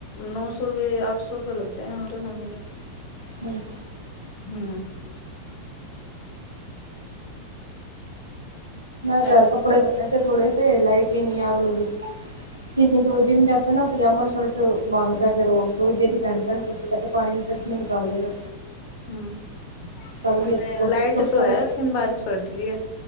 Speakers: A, on the left (about 45°); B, on the right (about 85°).
A: نو سو روپئے آٹھ سو روپئے لگتے ہے الٹرا ساوند کے
B: ہوں
A: ہوں ہ
B: تیار کپڑے دھونے تھے تھوڑے سے لائٹیں نہیں آنے لگی پھرسے وه جم جا تھا نا پجامہ شرٹ مانگتا پھر وہ تھوڑی دیر ہی پہنتا ہے پ تو پانی میں سے صرف میں نکال دے گا
A: ہوں
B: کل
A: ہمیں
B: بھی
A: لائٹ تو ہے لیکن بارش پڑ رہی ہے